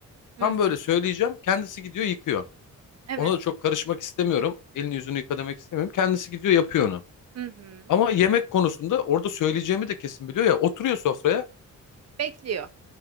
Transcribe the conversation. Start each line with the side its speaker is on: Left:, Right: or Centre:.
Right: Hı
Left: Tam
Right: hı.
Left: böyle söyleyeceğim. Kendisi gidiyor yıkıyor.
Right: Evet.
Left: Ona da çok karışmak istemiyorum. Elini yüzünü yıka demek istemiyorum. Kendisi gidiyor yapıyor onu.
Right: Hı hı.
Left: Ama yemek konusunda orada söyleyeceğimi de kesin biliyor ya. Oturuyor sofraya.
Right: Bekliyor.